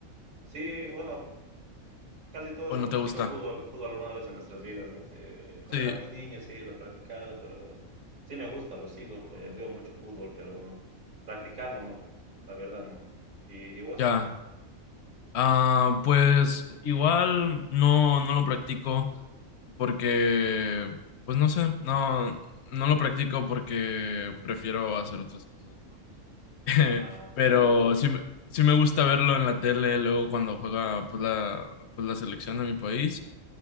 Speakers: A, on the right; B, on the left.
A: Sí, bueno, casi todos
B: ¿O
A: hemos
B: no te
A: practicado
B: gusta?
A: fútbol, fútbol alguna vez en nuestras vidas, ¿no? Eh, cuando
B: Sí,
A: era muy niño sí lo he practicado, pero sí me gusta, lo sigo, eh, veo mucho fútbol, pero practicarlo no, la verdad no. ¿Y, y vos?
B: ya. Ah, pues igual no, no lo practico porque, pues no sé, no, no lo practico porque prefiero hacer otras cosas, ¿no? <laughs>
A: Ah,
B: Pero
A: pero
B: sí, me- sí me gusta verlo en la tele luego cuando juega pues la, pues la selección de mi país.